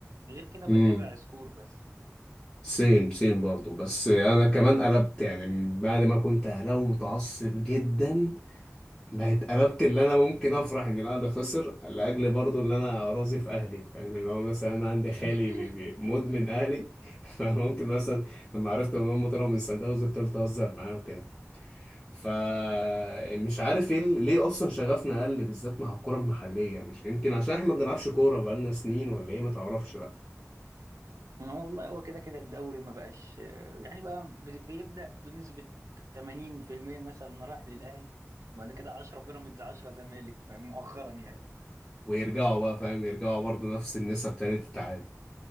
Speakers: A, on the right; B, on the left.
A: غير كده
B: امم
A: بتابع سكور بس
B: سيم سيم برضه بس انا كمان قلبت يعني بعد ما كنت اهلاوي متعصب جدا بقت قلبت اللي انا ممكن افرح ان الاهلي خسر لاجل برضو اللي انا راضي في اهلي فاهم اللي هو مثلا انا عندي خالي
A: <laughs>
B: بي بي مدمن اهلي <laughs> فممكن مثلا لما عرفت ان هم طلعوا من سان داونز فضلت اهزر معاه وكده فمش عارف ايه ال- ليه اصلا شغفنا قل بالذات مع الكره المحليه مش يمكن عشان احنا ما بنلعبش كوره بقالنا سنين ولا ايه ما تعرفش بقى
A: والله هو كده كده الدوري ما بقاش آه، يعني بقى بت- بيبدأ بنسبة 80% مثلا رايح للاهلي وبعد كده 10 بيراميدز 10 زمالك مؤخرا يعني
B: ويرجعوا بقى فاهم يرجعوا برضو نفس النسب تاني تتعادل